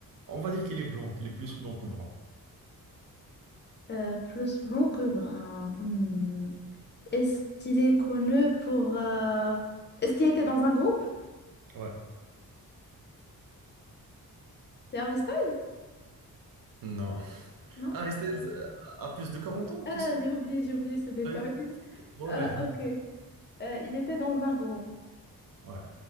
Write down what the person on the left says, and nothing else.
euh, plus blond que brun. Hmm. Est-ce qu'il est connu pour... euh, Est-ce qu'il était dans un groupe?
C'est Harry Styles?
Non?
Euh,
Ah,
j'ai oublié, j'ai oublié ce détail.
<laughs>
Ah, ok. Euh, il était dans un groupe.